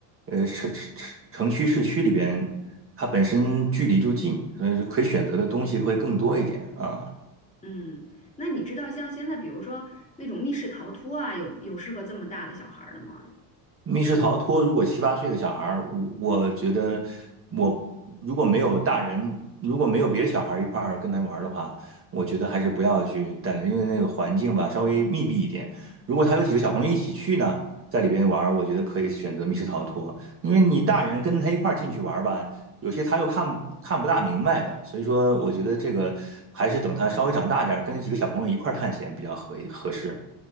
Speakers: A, on the right (about 30°); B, on the left (about 15°).
A: 呃城城城区市区里边，它本身距离就近，所以就可以选择的东西会更多一点啊。
B: 嗯，那你知道像现在比如说那种密室逃脱啊，有有适合这么大的小孩儿的吗？
A: 密室逃脱，如果七八岁的小孩儿，我觉得我如果没有大人，如果没有别的小孩儿一块儿跟他玩儿的话，我觉得还是不要去带了，因为那个环境吧稍微密闭一点。如果他有几个小朋友一起去呢，在里边玩儿，我觉得可以选择密室逃脱，因为你大人跟他一块儿进去玩儿吧，有些他又看看不大明白的，所以说我觉得这个还是等他稍微长大点儿，跟几个小朋友一块儿探险比较合合适。